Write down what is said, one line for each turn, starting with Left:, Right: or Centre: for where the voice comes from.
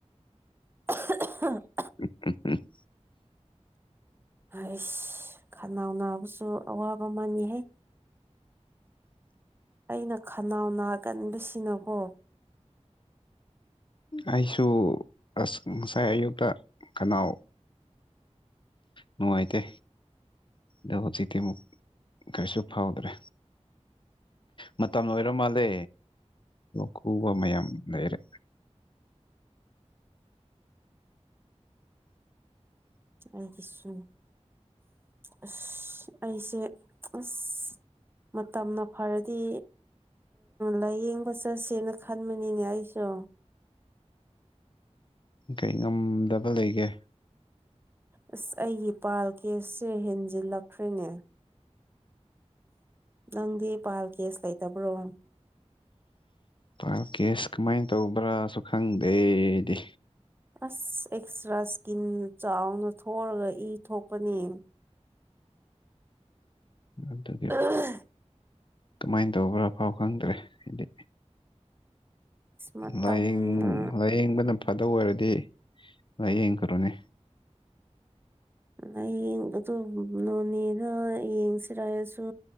Right: <unintelligible>
Left: <unintelligible>
Right: ꯑꯩꯁ ꯈꯅꯥꯎ ꯅꯥꯕꯁꯨ ꯑꯋꯥꯕ ꯃꯅꯤꯍꯩ ꯑꯩꯅ ꯈꯅꯥꯎ ꯅꯥꯒꯟꯕꯁꯤꯅꯀꯣ
Left: ꯑꯩꯁꯨ ꯑꯁ ꯉꯁꯥꯏ ꯑꯌꯨꯛꯇ ꯀꯅꯥꯎ ꯅꯨꯡ ꯑꯥꯏꯇꯦ ꯑꯗꯣ ꯍꯧꯖꯤꯛꯇꯤ ꯑꯃꯨꯛ ꯀꯩꯁꯨ ꯐꯥꯎꯗ꯭ꯔꯦ ꯃꯇꯝ ꯑꯣꯏꯔ ꯃꯥꯜꯂꯦ ꯈꯨꯕ ꯃꯌꯥꯝ ꯂꯩꯔꯦ
Right: ꯑꯩꯒꯤꯁꯨ ꯑꯁ ꯑꯩꯁꯦ ꯑꯁ ꯃꯇꯝꯅ ꯐꯔꯗꯤ ꯂꯥꯏꯌꯦꯡꯕ ꯆꯠꯁꯦꯅ ꯈꯟꯕꯅꯤꯅꯦ ꯑꯩꯁꯨ
Left: ꯀꯩ ꯉꯝꯗꯕ ꯂꯩꯒꯦ
Right: ꯑꯁ ꯑꯩꯒꯤ ꯄꯥꯜ ꯀꯦꯁꯁꯦ ꯍꯦꯟꯖꯤꯜꯂꯛꯈ꯭ꯔꯦꯅꯦ ꯅꯪꯗꯤ ꯄꯥꯜ ꯀꯦꯁ ꯂꯩꯇꯕ꯭ꯔꯣ
Left: ꯄꯥꯜ ꯀꯦꯁ ꯀꯃꯥꯏꯅ ꯇꯧꯕ꯭ꯔꯥꯁꯨ ꯈꯪꯗꯦꯗꯤ
Right: ꯑꯁ ꯑꯦꯛꯁꯇ꯭ꯔꯥ ꯏꯁꯀꯤꯟ ꯆꯥꯎꯅ ꯊꯣꯛꯑꯒ ꯏ ꯊꯣꯛꯄꯅꯦ
Left: ꯑꯗꯨꯒꯤ
Right: ꯑꯁ
Left: ꯀꯃꯥꯏꯅ ꯇꯧꯕ꯭ꯔꯥꯐꯥꯎ ꯈꯪꯗ꯭ꯔꯦ ꯍꯥꯏꯗꯤ
Right: ꯃꯇꯝꯅ
Left: ꯂꯥꯏꯌꯦꯡ ꯂꯥꯏꯌꯦꯡꯕꯅ ꯐꯗꯕ ꯑꯣꯏꯔꯗꯤ ꯂꯥꯏꯌꯦꯡꯈ꯭ꯔꯣꯅꯤ
Right: ꯑꯩꯡ ꯑꯗꯨꯗ ꯅꯣꯅꯦꯗ ꯌꯦꯡꯁꯤꯔꯔꯁꯨ